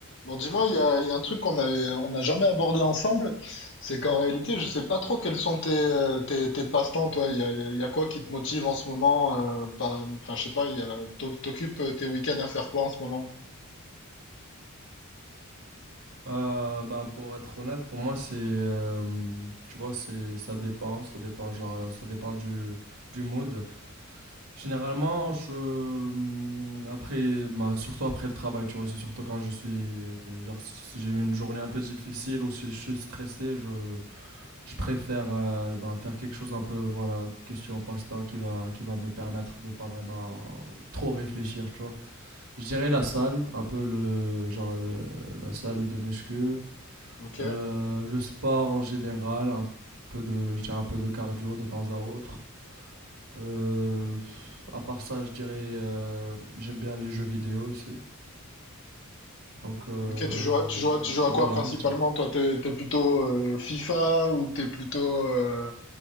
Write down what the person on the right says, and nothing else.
Euh, ben, pour être honnête, pour moi, c'est, euh, tu vois, c'est, ça dépend, ça dépend, genre, euh, ça dépend du, du mood. Généralement, je, hum, après, ben, surtout après le travail, tu vois, c'est surtout quand je suis, euh, genre, si j'ai eu une journée un peu difficile ou si je suis stressé, je, je préfère, euh, ben, faire quelque chose un peu, voilà, question passe-temps qui va, qui va me permettre de pas vraiment trop réfléchir, tu vois. Je dirais la salle, un peu le, genre, le- la salle de muscu.
Euh, le sport en général, un peu de, je dirais un peu de cardio de temps à autre. Euh, à part ça, je dirais, euh, j'aime bien les jeux vidéo aussi. Donc euh,
voilà,
je dirais.